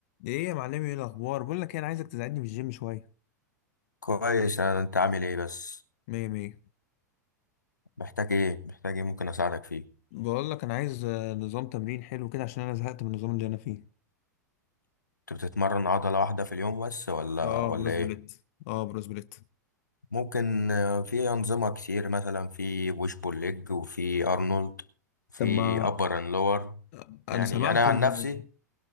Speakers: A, on the left; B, on the left.
A: ايه يا معلمي ايه الاخبار بقول لك إيه، انا عايزك تساعدني في الجيم شويه
B: كويس انا انت عامل ايه بس
A: مية مية
B: محتاج ايه محتاج ايه ممكن اساعدك فيه
A: بقول لك انا عايز آه، نظام تمرين حلو كده عشان انا زهقت من النظام اللي انا فيه
B: انت بتتمرن عضلة واحدة في اليوم بس ولا
A: اه
B: ولا
A: بروس
B: ايه
A: بليت اه بروس بليت
B: ممكن آه، في انظمة كتير مثلا في بوش بول ليج وفي ارنولد في
A: طب ما
B: ابر اند لور
A: آه، انا
B: يعني
A: سمعت
B: انا
A: ان
B: عن نفسي